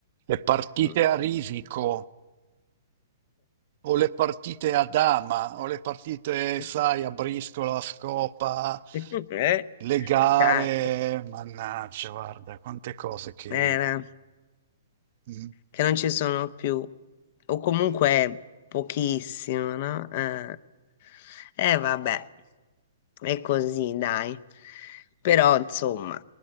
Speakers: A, on the right (about 50°); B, on the left (about 50°).
A: E partite
B: Mm.
A: a risico. O le partite a dama, o le partite,
B: <laughs>
A: sai, a briscola, a scopa,
B: <laughs> Eh,
A: le gare,
B: a carte,
A: mannaggia, guarda, quante cose che...
B: era,
A: Mm.
B: che non ci sono più, o comunque pochissimo, no? Eh, eh, vabbè, è così, dai. Però, insomma,